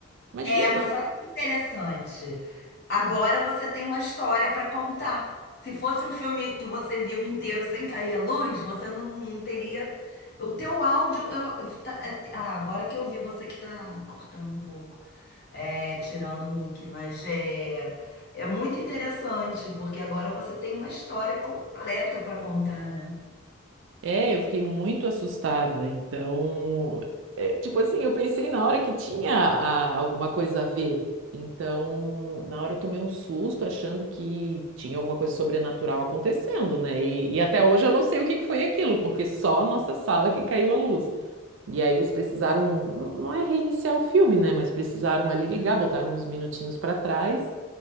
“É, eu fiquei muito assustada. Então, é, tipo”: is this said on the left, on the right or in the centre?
Right